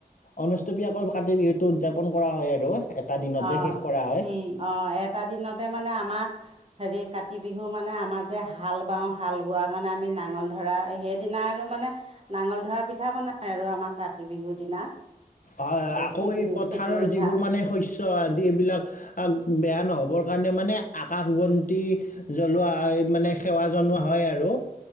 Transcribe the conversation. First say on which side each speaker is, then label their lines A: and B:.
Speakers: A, on the left; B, on the right.
A: অনুষ্টপিয়া আকৌ কাতি বিহুত উদযাপন কৰা হয় আৰু এটা দিনতে
B: অ
A: শেষ কৰা হয়।
B: উম অ এটা দিনতে মানে আমাৰ হেৰি কাতি বিহু মানে আমাক যে হাল বাওঁ হাল বোৱা কাৰণে আমি নাঙল ধৰা সেইদিনা আৰু মানে নাঙল ধৰা পিঠা বনাই আৰু আমাৰ কাতি বিহুৰ দিনা
A: হয় আকৌ
B: খেতি
A: এই পথাৰৰ
B: খেতি উঠা
A: যিবোৰ মানে শস্য আদি এইবিলাক বেয়া নহ'বৰ কাৰণে মানে আকাশ বন্তি জ্বলোৱা মানে সেৱা জনোৱা হয় আৰু